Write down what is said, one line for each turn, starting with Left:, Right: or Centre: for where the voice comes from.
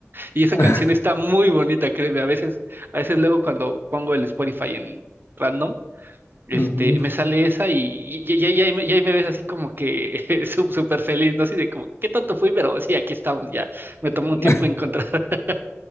Right: Y esa
Left: <laughs>
Right: canción está muy bonita, créeme. A veces, a veces luego cuando pongo el Spotify en random, este,
Left: Ujú.
Right: me sale esa y, y, y- y ahí, me, y ahí me ves así como que <laughs> sú- súper feliz, ¿no? Así de como, qué tonto fui, pero sí, aquí estamos ya. Me
Left: <laughs>
Right: tomó un tiempo encontrar. <laughs>